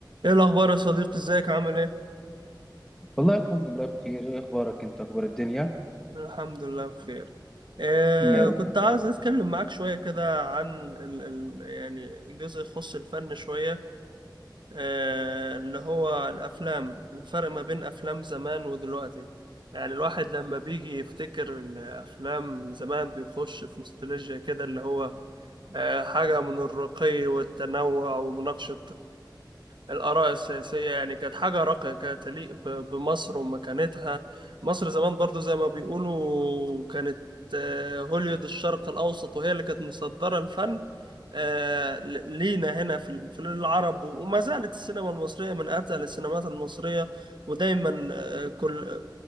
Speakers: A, on the right; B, in the centre.
A: ايه الاخبار يا صديقي ازيك عامل ايه
B: والله الحمد لله بخير ايه اخبارك انت اخبار الدنيا
A: الحمد لله بخير آه
B: يا رب
A: كنت عايز اتكلم معاك شويه كده عن ال ال يعني الجزء يخص الفن شويه آه اللي هو الافلام الفرق ما بين افلام زمان ودلوقتي يعني الواحد لما بيجي يفتكر الافلام زمان بيخش في نوستالجيا كده اللي هو آه حاجه من الرقي والتنوع ومناقشه الآراء السياسية يعني كانت حاجة راقية كده تليق ب- بمصر ومكانتها مصر زمان برضو زي ما بيقولوا كانت آه، هوليود الشرق الأوسط وهي اللي كانت مصدرة الفن آه، ل- لينا هنا في ال- في العرب وما زالت السينما المصرية من أتقل السينمات المصرية ودايما آه، كل